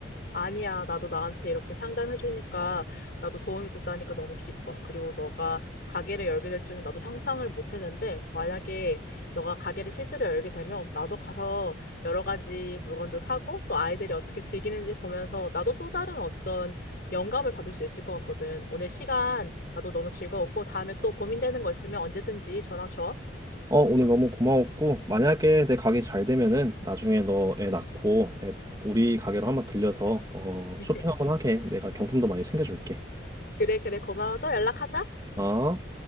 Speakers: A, on the left; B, on the right.
A: 아니야, 나도 나한테 이렇게 상담해주니까 나도 도움이 됐다니까 너무 기뻐. 그리고 너가 가게를 열게 될 줄은 나도 상상을 못했는데 만약에 너가 가게를 실제로 열게 되면 나도 가서 여러 가지 물건도 사고 또 아이들이 어떻게 즐기는지 보면서 나도 또 다른 어떤 영감을 받을 수 있을 것 같거든. 오늘 시간 나도 너무 즐거웠고 다음에 또 고민되는 거 있으면 언제든지 전화 줘.
B: 어, 오늘 너무 고마웠고, 만약에 내 가게 잘 되면은 나중에 너 애 낳고 애- 우리 가게로 한번 들려서 어,
A: <laughs>
B: 쇼핑 한번 하게. 내가 경품도 많이 챙겨줄게.
A: 그래, 그래, 고마워. 또 연락하자.
B: 어?